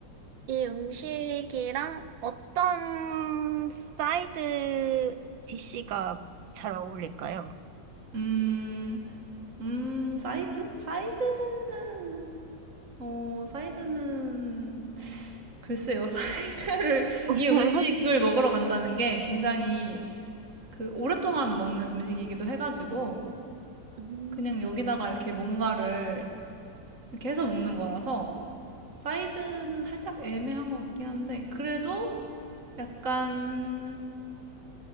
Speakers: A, on the right (about 90°); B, on the right (about 40°).
A: 이 음식이랑 어떤 사이드 디시가 잘 어울릴까요?
B: 음, 음, 사이드? 사이드는, 어, 사이드는, 글쎄요, <laughs> 사이드를, 이 음식을
A: 맞아요?
B: 먹으러 간다는 게 굉장히 그 오랫동안 먹는 음식이기도 해가지고,
A: 음.
B: 그냥 여기다가 이렇게 뭔가를 이렇게 해서 먹는 거라서, 사이드는 살짝 애매한 것 같긴 한데, 그래도 약간,